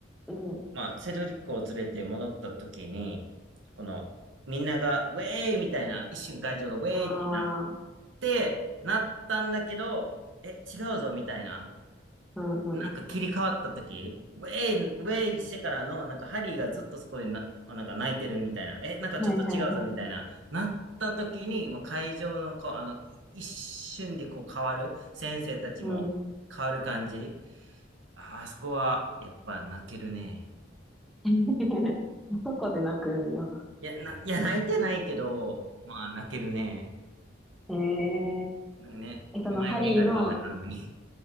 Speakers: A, in the centre; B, on the right (about 85°).
A: うん。
B: まあ、セドリックを連れて戻った時に、この、みんなが、ウェーイみたいな、一瞬会場がウェーイってなっ
A: ああ、
B: て、なったんだけど、え、違うぞみたいな。
A: うんうん。
B: なんか切り替わった時、ウェイ、ウェイしてからの、なんかハリーがずっとそこでな、なんか泣いてるみたいな、え、なんかちょっと違うぞみたいな、
A: はいはいはい。
B: なった時に、もう会場のこう、あの、一瞬でこう変わる、先生たちも変わる感じ。
A: うん。
B: ああそこは、やっぱ泣けるね。
A: <laughs> あそこで泣くんや。
B: いや、な、いや、泣いてないけど、まあ泣けるね。
A: ええ。
B: なんかね、
A: え、
B: 恋愛映画では泣かんのに。
A: そのハリーの
B: い